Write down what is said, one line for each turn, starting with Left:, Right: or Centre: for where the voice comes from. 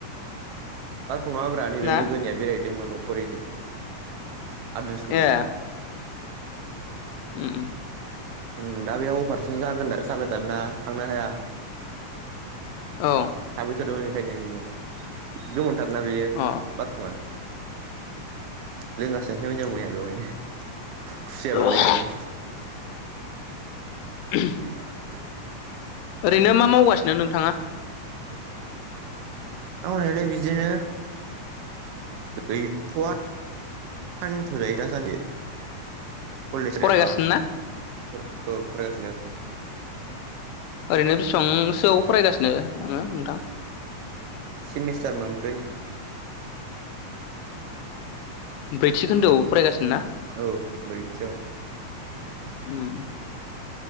Right: बारफुङाब्रा नैबे
Left: ना
Right: लोगोनियाव बेरायहैदोंमोन न'खरैनो आद्रेस मोना
Left: ए उम उम
Right: हम दा बेहा अफारेसन जागोन दा जागोदान ना थांनो हाया
Left: औ
Right: <unintelligible> बिजों गो-गोमोनोनथार ना बेयो
Left: अ
Right: बारफुङा लोंगासिनोसोमोन जों मैया बेवहायनो खु-खुसिया बोनलायनानै
Left: ओरैनो <unintelligible>
Right: <unintelligible>
Left: ओरैनो मा मावगासिनो नोंथाङा?
Right: मावनायालाय बिदिनो गैथ'आ होन्थ' जायो दासान्दि खलेजदे
Left: फरायगासिनो
Right: माबासिम
Left: ना
Right: फरायसा औ फरायगासिनो
Left: ओरैनो बेसेबांसोआव फरायगासिनो नोङो नोंथां?
Right: सेमिस्टार मोनब्रै
Left: ब्रैथि खोन्दोआव फरायगासिनो ना?
Right: औ ब्रैथियाव
Left: उम